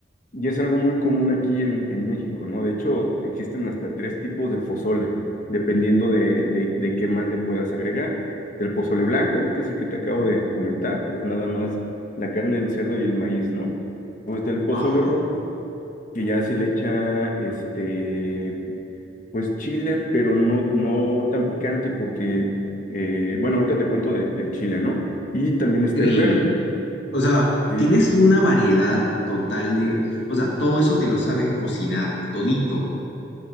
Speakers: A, on the left; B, on the left.
A: Y es algo muy común aquí en, en México, ¿no? De hecho, existen hasta tres tipos de pozole, dependiendo de, de, de qué más le puedas agregar. El pozole blanco, que es el que te acabo de comentar, es nada más la carne del cerdo y el maíz, ¿no? O está el pozole
B: Wow,
A: rojo, que ya se le echa, este, pues chile, pero no, no tan picante, porque, eh, bueno, ahorita te cuento de- del chile, ¿no? Y también está
B: increíble.
A: el verde,
B: O sea,
A: sí,
B: tienes una variedad total de, o sea, todo eso te lo sabes cocinar, todito.